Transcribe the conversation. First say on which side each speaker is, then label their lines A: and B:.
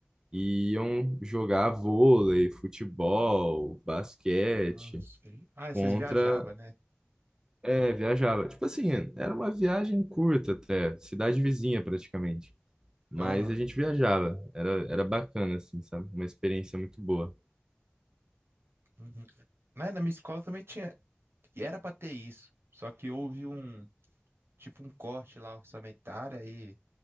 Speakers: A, on the right (about 15°); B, on the right (about 80°).
A: e iam jogar vôlei, futebol, basquete
B: Ah, sei. Ah,
A: contra
B: vocês viajavam, né?
A: É, viajava. Tipo assim, era uma viagem curta até, cidade vizinha praticamente. Mas
B: Aham.
A: a gente viajava, era, era bacana, assim, sabe? Uma experiência muito boa.
B: Uhum. Na, na minha escola também tinha. E era pra ter isso. Só que houve um. Tipo, um corte lá orçamentário e